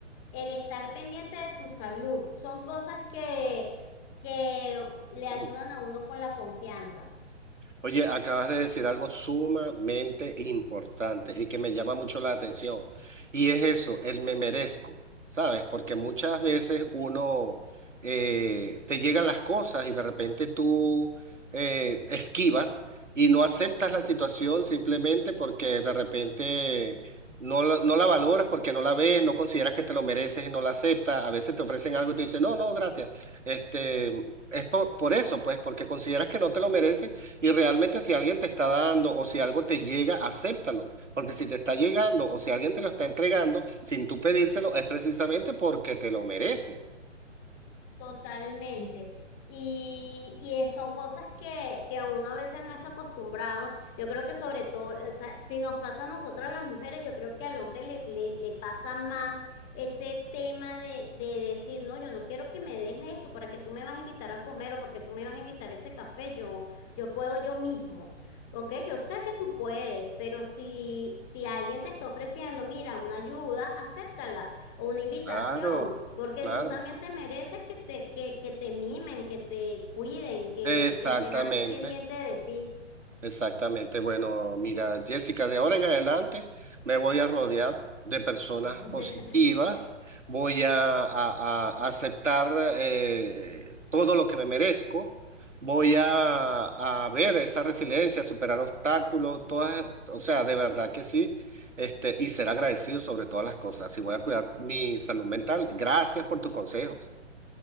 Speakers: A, in the centre; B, on the right.
A: el estar pendiente de tu salud, son cosas que, que le ayudan
B: Mm.
A: a uno con la confianza.
B: Oye, acabas de decir algo sumamente importante y que me llama mucho la atención. Y es eso, el me merezco, ¿sabes? Porque muchas veces uno eh, te llegan las cosas y de repente tú eh, esquivas y no aceptas la situación simplemente porque de repente no la, no la valoras, porque no la ves, no consideras que te lo mereces y no la aceptas. A veces te ofrecen algo y tú dices, no, no, gracias. Este, es por, por eso, pues, porque consideras que no te lo mereces y realmente si alguien te está dando o si algo te llega, acéptalo. Porque si te está llegando o si alguien te lo está entregando sin tú pedírselo, es precisamente porque te lo mereces.
A: Totalmente. Y, y es- son cosas que, que uno a veces no está acostumbrado. Yo creo que sobre todo, o sea, si nos pasa a nosotras las mujeres, yo creo que al hombre le, le, le pasa más ese tema de, de decir, no, yo no quiero que me dejes eso, ¿para que tú me vas a invitar a comer o porque tú me vas a invitar ese café? Yo, yo puedo yo mismo. Ok, yo sé que tú puedes, pero si, si alguien te está ofreciendo, mira, una ayuda, acéptala o una invitación,
B: Claro,
A: porque
B: claro.
A: tú también te mereces que te, que, que te mimen, que te cuiden, que,
B: Exactamente.
A: que estén a- pendiente de ti.
B: Exactamente. Bueno, mira, Jessica, de ahora en adelante me voy a rodear de personas
A: <laughs>
B: positivas, voy a, a- a aceptar eh, todo lo que me merezco, voy a, a ver esa resiliencia, superar obstáculos, todas, o sea, de verdad que sí, este, y ser agradecido sobre todas las cosas. Y voy a cuidar mi salud mental. Gracias por tus consejos.